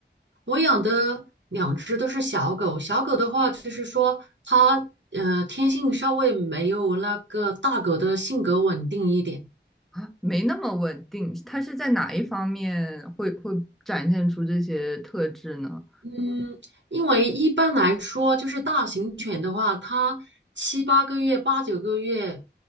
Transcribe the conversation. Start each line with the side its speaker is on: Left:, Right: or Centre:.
Right: 我养的两只都是小狗，小狗的话就是说它呃天性稍微没有那个大狗的性格稳定一点。
Centre: 啊，没那么稳定，它是在哪一方面会会展现出这些特质呢？
Right: 嗯，因为一般来说，就是大型犬的话，它七八个月、八九个月，